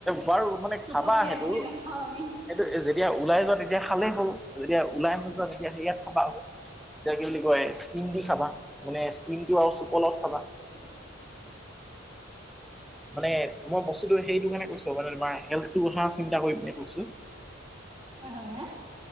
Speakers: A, in the centre; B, on the right (about 30°).
A: বাৰু মানে
B: চুপত
A: খাবা
B: তিয়াই
A: সেইটো-সেইটো
B: পিনি নাখাওঁ আমি
A: যেতিয়া ওলাই যোৱা তেতিয়া ভালেই হ'ল যেতিয়া ওলাই নযোৱা তেতিয়া স ইয়াত থাবা হ'ল তেতিয়া কি বুলি কয়। ষ্টিম দি খাবা মানে ষ্টিমটো আৰু চুপলত খাবা
B: <inaudible>
A: মানে মই বস্তুটো সেইটো কাৰণে কৈছো মানে তোমাৰ হেলটো হ চিন্তা কৰিম নে কৈছো।
B: হয় হয় হা